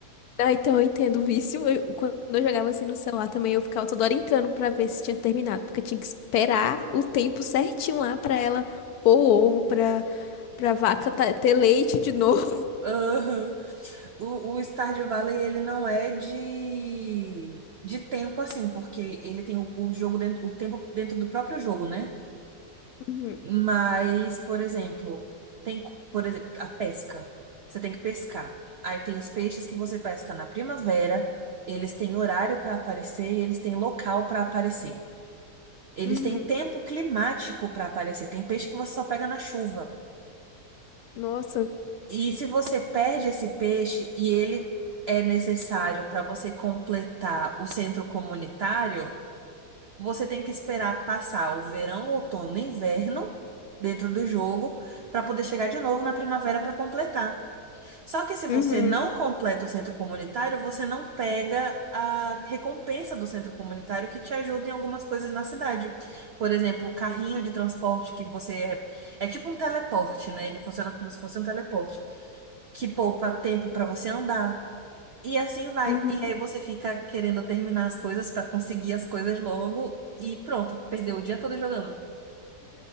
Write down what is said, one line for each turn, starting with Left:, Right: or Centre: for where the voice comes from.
Left: Ah, então eu entendo o vício. Eu- quando eu jogava assim no celular também, eu ficava toda hora entrando pra ver se tinha terminado, porque eu tinha que esperar o tempo certinho lá pra ela pôr o ovo, pra, pra vaca tá- ter leite de <laughs> novo.
Right: Aham. O, o Stardew Valley, ele não é de, de tempo assim, porque ele tem o, o jogo dentro, o tempo dentro do próprio jogo, né?
Left: Uhum,
Right: Mas, por exemplo, tem, co- por exemplo, a pesca. Você tem que pescar. Aí tem os peixes que você pesca na primavera, eles têm horário para aparecer e eles têm local para aparecer. Eles
Left: uhum.
Right: têm tempo climático para aparecer. Tem peixe que você só pega na chuva.
Left: Nossa.
Right: E se você perde esse peixe e ele é necessário para você completar o centro comunitário, Você tem que esperar passar o verão, outono e inverno dentro do jogo para poder chegar de novo na primavera para completar. Só que se
Left: Uhum,
Right: você não completa o centro comunitário, você não pega a recompensa do centro comunitário que te ajuda em algumas coisas na cidade. Por exemplo, o carrinho de transporte que você é, é tipo um teleporte, né? Ele funciona como se fosse um teleporte, que poupa tempo para você andar. E assim vai.
Left: uhum.
Right: E aí você fica querendo terminar as coisas pra conseguir as coisas logo e pronto, perdeu o dia todo jogando.